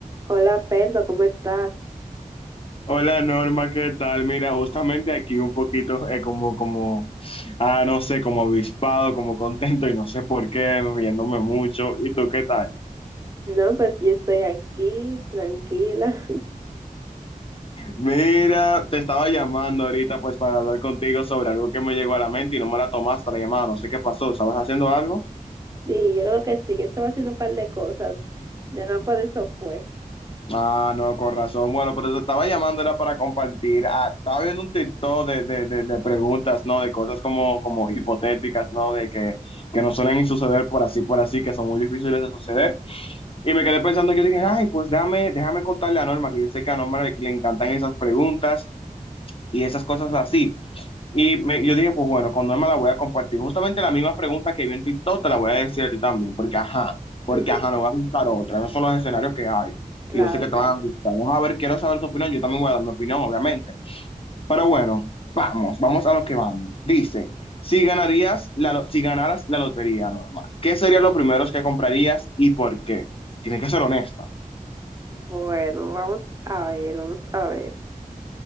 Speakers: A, on the right; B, on the left.
A: Hola Pedro, ¿cómo estás?
B: Hola Norma, ¿qué tal? Mira, justamente aquí un poquito eh, como, como, ah, no sé, como avispado, como contento y no sé por qué, riéndome mucho. ¿Y tú qué tal?
A: No, pues yo estoy aquí, tranquila. <laughs>
B: Mira, te estaba llamando ahorita pues para hablar contigo sobre algo que me llegó a la mente y no me la tomaste la llamada, no sé qué pasó, ¿estabas haciendo algo?
A: Sí, yo creo que sí, yo estaba haciendo un par de cosas. Ya no por eso fue.
B: Ah, no, con razón. Bueno, pero te estaba llamando era para compartir. Ah, estaba viendo un TikTok de, de, de, de preguntas, ¿no? De cosas como, como hipotéticas, ¿no? De que, que no suelen suceder por así, por así, que son muy difíciles de suceder. Y me quedé pensando, yo dije, ay, pues déjame, déjame contarle a Norma, que yo sé que a Norma le, le encantan esas preguntas y esas cosas así. Y me- yo dije, pues bueno, con Norma la voy a compartir. Justamente la misma pregunta que vi en TikTok te la voy a decir a ti también, porque ajá, porque
A: <laughs>
B: ajá, no va a gustar otra. Esos son los escenarios que hay.
A: Claro,
B: Y yo sé que
A: claro.
B: te van a gustar. Vamos a ver, quiero saber tu opinión. Yo también voy a dar mi opinión, obviamente. Pero bueno, vamos, vamos a lo que vamos. Dice, si ganarías la, lo- si ganaras la lotería, Norma, ¿qué serían los primeros que comprarías y por qué? Tienes que ser honesta.
A: Bueno, vamos a ver, vamos a ver.